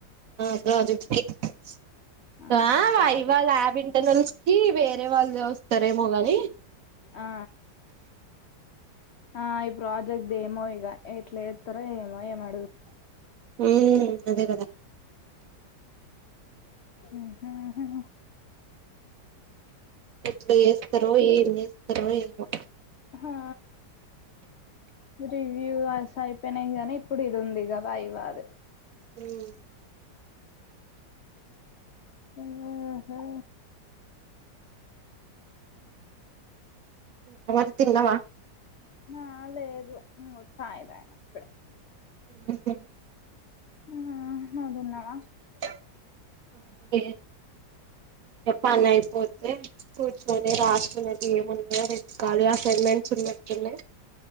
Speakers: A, on the right; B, on the left.
A: ఆ <unintelligible>
B: ఆహా
A: వాయి వా
B: ప్రాజెక్ట్
A: ఇవాళ ల్యాబ్ ఇంటర్నల్ కి వేరే వాళ్ళ వస్తరేమో అని
B: ఆ ఆ ఈ ప్రాజెక్ట్ది ఏమో ఇగ ఎట్ల చేత్తర ఏమో ఏమా
A: ఉమ్ అదే కదా
B: ఉహుహు
A: ఎట్ల చేస్తారో ఏం చేస్తారో ఏమో
B: ఆ రివ్యూస్ అయిపోయినాయి గానీ ఇప్పుడు ఇది ఉంది కబా అయివాద
A: ఉమ్
B: ఓహా
A: ఆ మరి తిన్నావా
B: ఆ లేదు చాయి తాగిన ఇప్పుడ
A: ఉమ్
B: ఉమ్ నువ్వు తిన్నావా
A: అదే చెప్పాల్న అయిపోతే కూర్చొని రాసుకునేది ఏమున్నాయో వెతకాలి అసైన్మెంట్ చూడనే చూళ్ళే